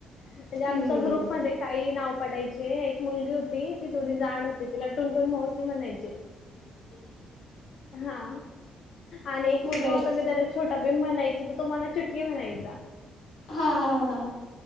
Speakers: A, on the left (about 70°); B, on the left (about 85°).
A: म्हणजे आमचा
B: हम्म
A: ग्रुप मध्ये काहीही नाव पडायचे, एक मुलगी होती ती थोडी जाड होती ते तिला टून टुन मा वशी म्हणायचे, हा आणि एक मुलगा
B: बर
A: मी त्याला छोटा भीम म्हणायची तर तो मला चुटिया म्हणायचा.
B: हा हा.